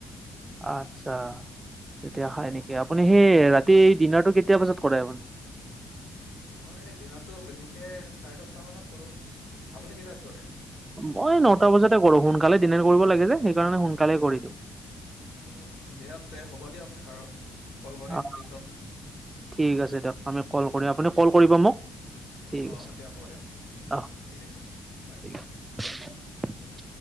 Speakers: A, on the right; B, on the left.
A: আতছা। তেতিয়া খায় নেকি, আপুনি সেই ৰাতি ডিনাৰটো কেতিয়া বজাত কৰে আপুনি।
B: মই দিনতটো বিশেষকে চাৰে দচটা মানত কৰো। আপুনি কেইটাত কৰে?
A: মই নটা বজাতে কৰো সোনকালে। দিনে কৰিব লাগে যে, সেইকাৰণে সোনকালে কৰি দিও।
B: উম, দিয়ক তে হ'ব দিয়ক আৰু। কল কৰিম
A: অ'
B: পিছত
A: ঠিক আছে দিয়ক। আমি ক'ল কৰি আপুনি ক'ল কৰিব মোক। ঠিক
B: অ
A: আছে,
B: দিয়ক হ'ব দিয়ক
A: অহ
B: ঠিক আছে বাই।
A: ঠিক আছে।